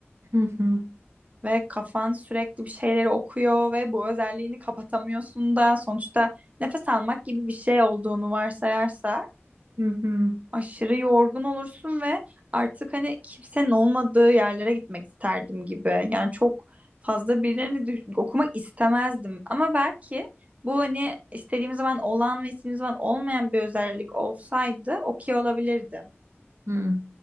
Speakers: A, on the right (about 80°); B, on the right (about 30°).
A: Hı hı.
B: ve kafan sürekli bir şeyleri okuyor ve bu özelliğini kapatamıyorsun da sonuçta nefes almak gibi bir şey olduğunu varsayarsak
A: Hı hı.
B: aşırı yorgun olursun ve artık hani kimsenin olmadığı yerlere gitmek isterdim gibi. Yani çok fazla birilerini düş- okumak istemezdim. Ama belki bu hani istediğim zaman olan ve istediğim zaman olmayan bir özellik olsaydı okey olabilirdim.
A: Hı.